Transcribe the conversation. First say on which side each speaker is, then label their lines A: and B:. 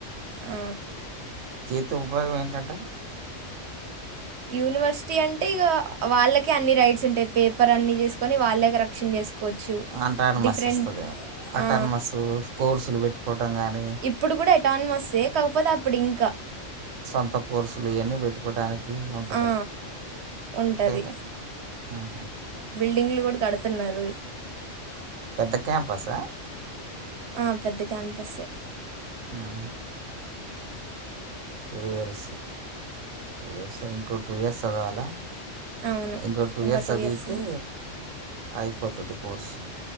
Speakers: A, on the right; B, on the right.
A: ఆ.
B: దీంతో ఉపయోగం ఏంటంటే
A: యూనివర్సిటీ అంటే ఇగ వాళ్ళకె అన్ని రైట్స్ ఉంటాయి పేపర్ అన్ని థీసుకొని వాళ్ళ కరప్షన్ జేస్ కోచ్చు
B: అంటానమస్
A: డిఫరెం
B: వస్తుందేమో అటానమస్
A: ఆ
B: కోర్సులు పెట్టుకోవటం కానీ
A: ఇప్పుడు కూడా ఎటానమస్ ఏ కాకపోతే అప్పుడు ఇంకా
B: సొంత కోర్సులు ఇయన్ని పెట్టుకోటానికి ఉంటది.
A: ఆ. ఉంటది
B: అంతేగా ఆహా
A: లింగ్లు గూడా గడుతున్నారోయ్
B: పెద్ద క్యాంపసా
A: ఆ పెద్ద క్యాంపస్ ఎ
B: ఆహ టూ ఇయర్స్ టూ ఇయర్స్ ఇంకో టూ ఇయర్స్ చదవాలా?
A: అవును
B: ఇంకో టూ
A: ఇంకా
B: ఇయర్స్ సదివితే
A: ఉంది
B: అయిపోతది కోర్సు.